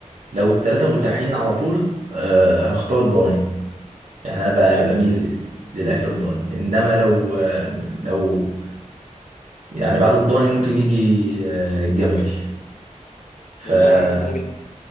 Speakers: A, on the right; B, on the left.
A: لو التلاته متاحين على طول آه هختار الضاني يعني انا
B: برنس
A: ب- بميل للاكل الضاني انما لو لو يعني بعد الضاني ممكن يجي آه، الجملي فحبيبي
B: والله يا عم أنت راجل